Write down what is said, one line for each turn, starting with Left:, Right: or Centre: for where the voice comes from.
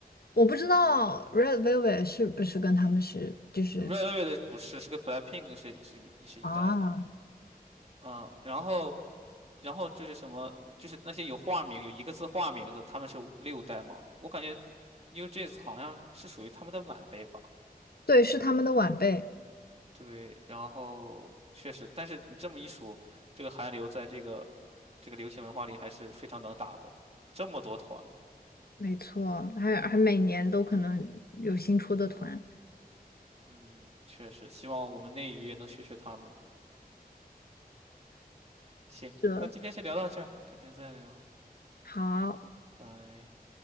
Left: 我不知道 Red Velvet 是不是跟他们是就是
Right: ，Red Velvet 不是，是个 BLACKPINK 是是一是一代的，
Left: 啊，
Right: 嗯，然后然后就是什么，就是那些有化名有一个字化名的，他们是六代嘛？我感觉 New Jeans 好像是属于他们的晚辈吧。
Left: 对，是他们的晚辈，
Right: 对，然后确实，但是你这么一数，这个韩流在这个这个流行文化里还是非常能打的，这么多团，
Left: 没错，还还每年都可能有新出的团。
Right: 嗯，确实，希望我们内娱也能学学他们。行，
Left: 是
Right: 那今天先聊到这儿，改天再聊，
Left: 好。
Right: 拜拜。